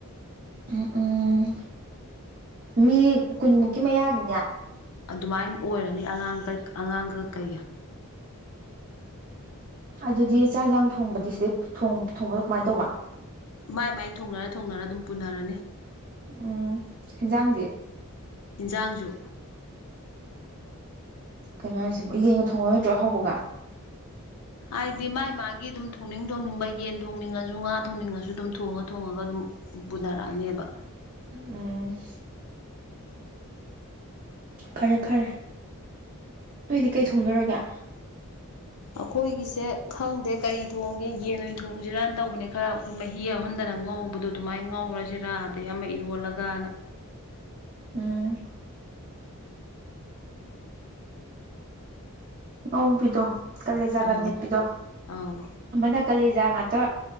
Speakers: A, on the right; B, on the left.
A: ꯎꯝ ꯎꯝ ꯃꯤ ꯀꯨꯟꯃꯨꯛꯀꯤ ꯃꯌꯥꯅꯤꯅꯦ
B: ꯑꯗꯨꯃꯥꯏꯟ ꯑꯣꯏꯔꯅꯤ ꯑꯉꯥꯡꯀ ꯑꯉꯥꯡꯒ ꯀꯩꯒ
A: ꯑꯗꯨꯗꯤ ꯆꯥꯛ ꯍꯦꯟꯖꯥꯡ ꯊꯣꯡꯕꯗꯤ ꯁꯤꯗꯩ ꯊꯣꯡ ꯊꯣꯡꯕꯗꯣ ꯀꯃꯥꯏꯟ ꯇꯧꯕ
B: ꯃꯥꯏ ꯃꯥꯏ ꯊꯣꯡꯅꯔ ꯊꯣꯡꯅꯔ ꯑꯗꯨꯝ ꯄꯨꯅꯔꯅꯤ
A: ꯎꯝ ꯍꯤꯟꯖꯥꯡꯗꯤ
B: ꯏꯟꯖꯥꯡꯖꯨ
A: ꯀꯩꯅꯣ ꯍꯥꯏꯁꯤꯕꯣ ꯌꯦꯟꯒ ꯊꯣꯡꯉꯔꯣꯏꯗ꯭ꯔꯣ ꯑꯍꯥꯎꯕꯒ
B: ꯍꯥꯏꯗꯤ ꯃꯥꯥꯏ ꯃꯥꯒꯤ ꯑꯗꯨꯝ ꯊꯣꯡꯅꯤꯡ ꯊꯣꯡꯅꯤꯡꯕ ꯌꯦꯟ ꯊꯣꯡꯅꯤꯡꯉꯖꯨ ꯉꯥ ꯊꯣꯡꯅꯤꯡꯉꯖꯨ ꯑꯗꯨꯝ ꯊꯣꯡꯉ ꯊꯣꯡꯉꯒ ꯑꯗꯨꯝ ꯄꯨꯅꯔꯛ ꯑꯅꯦꯕ
A: ꯎꯝ ꯐꯔꯦ ꯐꯔꯦ ꯅꯣꯏꯗꯤ ꯀꯩ ꯊꯣꯡꯗꯣꯔꯒꯦ
B: ꯑꯩꯈꯣꯏꯒꯤꯁꯦ ꯈꯪꯗꯦ ꯀꯔꯤ ꯊꯣꯡꯒꯦ ꯌꯦꯟ ꯑꯣꯏꯅ ꯊꯣꯡꯖꯤꯔꯅ ꯇꯧꯕꯅꯦ ꯈꯔ ꯑꯈꯣꯏ ꯃꯍꯤ ꯌꯥꯎꯍꯟꯗꯅ ꯉꯧꯕꯗꯣ ꯑꯗꯨꯃꯥꯏ ꯉꯧꯔꯖꯤꯔꯥ ꯑꯗꯩ ꯑꯃ ꯏꯔꯣꯜꯂꯒꯅ
A: ꯎꯝ ꯑꯧꯕꯤꯗꯣ ꯀꯂꯦꯖꯥꯒ
B: ꯑꯧ
A: ꯃꯦꯠ ꯄꯤꯗꯣ
B: ꯑꯧ
A: ꯑꯃꯅ ꯀꯂꯦꯖꯥ ꯉꯥꯛꯇ